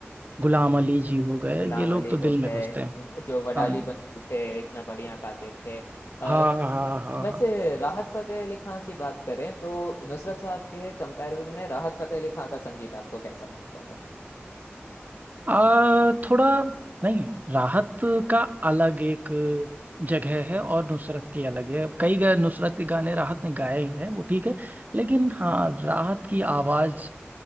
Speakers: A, on the right; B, on the left.
A: गुलाम अली जी हो गए
B: गुलाम
A: ये लोग
B: अली
A: तो दिल
B: हो
A: में
B: गए
A: बसते हैं
B: व- जो वडाली
A: हाँ
B: बंधु थे इतना बढ़िया गाते थे अ, न-
A: हाँ हाँ हाँ
B: वैसे
A: हाँ
B: राहत फतेह अली खां की बात करें तो नुसरत साहब के कंपैरिजन में राहत फतेह अली खां का संगीत आपको कैसा लगता है
A: आ, थोड़ा नहीं राहत का अलग एक जगह है और नुसरत की अलग है कई गए नुसरत के गाने राहत ने गाए हैं वो ठीक है लेकिन हाँ राहत की आवाज